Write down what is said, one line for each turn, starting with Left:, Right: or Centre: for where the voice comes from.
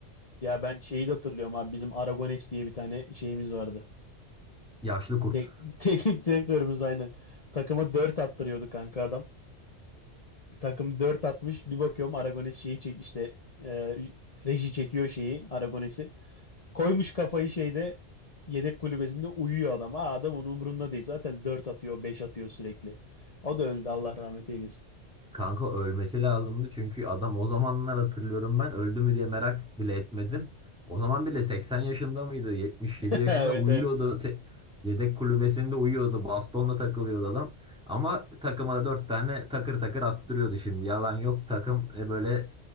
Left: Ya ben şeyi de hatırlıyorum abi. Bizim Aragones diye bir tane şeyimiz vardı.
Centre: Yaşlı kurt.
Left: Tek, <laughs> teknik direktörümüz aynen. Takıma 4 attırıyordu kanka adam. Takım 4 atmış. Bir bakıyorum Aragones şeyi çek işte e, reji çekiyor şeyi Aragones'i. Koymuş kafayı şeyde yedek kulübesinde uyuyor adam. Ha, adam onun umurunda değil. Zaten 4 atıyor, 5 atıyor sürekli. O da öldü Allah rahmet eylesin.
Centre: Kanka ölmesi lazımdı çünkü adam o zamanlar hatırlıyorum ben öldü mü diye merak bile etmedim. O zaman bile 80 yaşında mıydı? 77
Left: <laughs>
Centre: yaşında
Left: Evet
Centre: uyuyordu.
Left: evet.
Centre: Te- yedek kulübesinde uyuyordu. Bastonla takılıyordu adam. Ama takıma da 4 tane takır takır attırıyordu şimdi. Yalan yok takım e, böyle